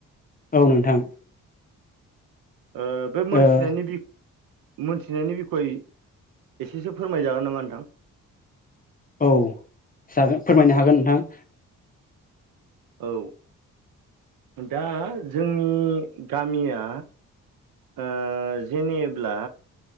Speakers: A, on the left (about 20°); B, on the right (about 65°).
A: औ नोंथां
B: ओ बे मोनथिनायनि
A: ओ
B: बिख मोनथिनायनि बिखय एसेसो फोरमायजागोन नामा नोंथां
A: औ जागोन फोरमायनो हागोन नोंथां
B: औ दा जोंनि गामिया ओ जेनेब्ला